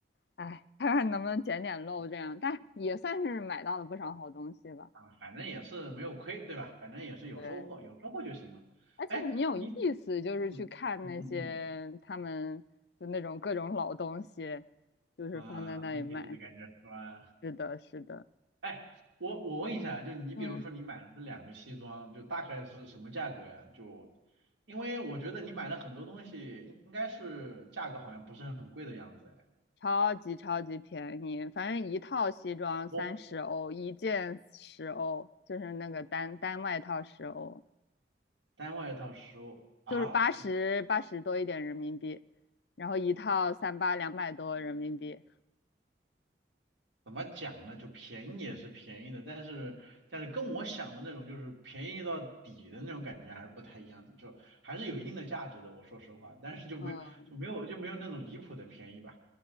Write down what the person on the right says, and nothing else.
啊，反正也是没有亏，对吧？反正也是有收获，
有收获就行嘛。
哎，你，
嗯嗯嗯嗯，
嗯，啊，明天就的感觉是吧？
哎，我我问一下，就你比如说你买了这两个西装，
就大概是什么价格呀？就因为我觉得你买了很多东西，应应该是价格好像不是很贵的样子哎。
我
单外套十五啊？
怎么讲呢？就便宜也是便宜的，但是但是跟我想的那种就是便宜到底的那种感觉还是不太一样的，就还是有一定的价值的。我说实话，但是就没有就没有就没有那种离谱的便宜吧。